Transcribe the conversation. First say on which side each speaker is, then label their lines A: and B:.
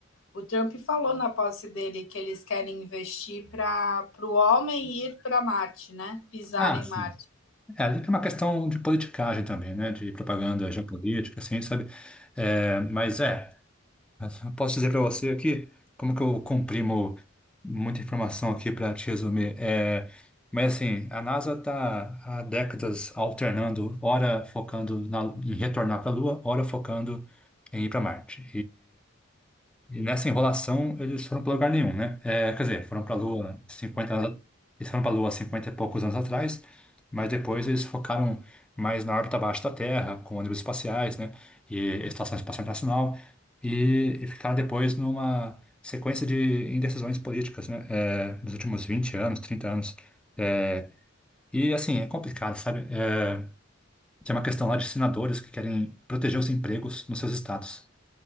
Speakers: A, on the left; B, in the centre.
A: O Trump falou na posse dele que eles querem investir para o homem ir para Marte, né? Pisar
B: Ah,
A: em
B: sim.
A: Marte.
B: É, ali tem uma questão de politicagem também, né? De propaganda geopolítica, assim, sabe? Eh, mas é. <laughs> Posso dizer para você aqui como que eu comprimo muita informação aqui para te resumir. É, mas assim, a NASA está há décadas alternando, ora focando na- em retornar para a Lua, ora focando em ir para Marte. E nessa enrolação, eles foram para lugar nenhum, né? É, quer dizer, foram para a Lua cinquenta anos, eles foram para a Lua 50 e poucos anos atrás, mas depois eles focaram mais na órbita abaixo da Terra, com ônibus espaciais, né? E Estação Espacial Internacional, e, e ficaram depois numa sequência de indecisões políticas, né? É, nos últimos 20 anos, 30 anos. É, e assim, é complicado, sabe? É, tem uma questão lá de senadores que querem proteger os empregos nos seus estados.